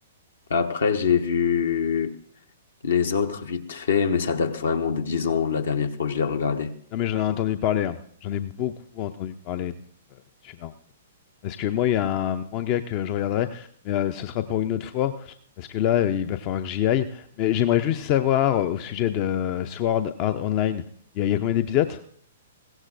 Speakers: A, on the left; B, on the left.
A: Après, j'ai vu les autres vite fait, mais ça date vraiment de 10 ans la dernière fois que je l'ai regardé.
B: Non, mais j'en ai entendu parler. hein. J'en ai beaucoup entendu parler de euh, de celui-là, en fait. Parce que moi, il y a un manga que je regarderai, mais euh, ce sera pour une autre fois. Parce que là, il va falloir que j'y aille. Mais j'aimerais juste savoir euh, au sujet de Sword Art Online, il y a, il y a combien d'épisodes?